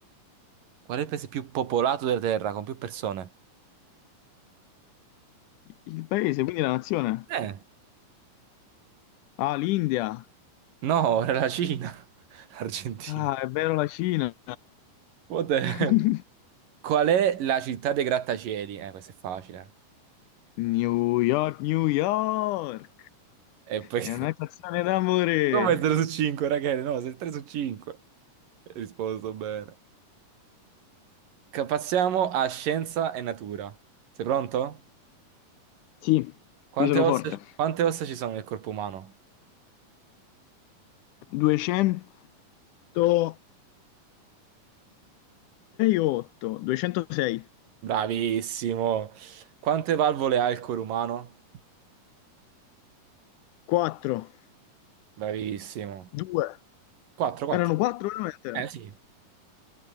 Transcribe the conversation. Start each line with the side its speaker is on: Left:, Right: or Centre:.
Right: Qual è il paese più popolato della Terra con più persone?
Left: il paese, quindi la nazione.
Right: Eh,
Left: Ah, l'India.
Right: no, era la Cina. <laughs> L'Argentina.
Left: Ah, è vero la Cina.
Right: What the hell?
Left: <laughs>
Right: Qual è la città dei grattacieli? Eh, questo è facile.
Left: New York, New York.
Right: E poi...
Left: È
Right: <laughs>
Left: una canzone d'amore.
Right: Come 3 su 5, ragazzi? No, sei 3 su 5. Hai risposto bene. Ca- Passiamo a scienza e natura. Sei pronto?
Left: Sì,
Right: Quante
Left: qui sono
Right: ossa,
Left: forte.
Right: quante ossa ci sono nel corpo umano?
Left: 206 o 8? 206.
Right: Bravissimo. Quante valvole ha il cuore umano?
Left: 4.
Right: Bravissimo.
Left: 2.
Right: 4, 4.
Left: Erano 4 veramente?
Right: Eh sì.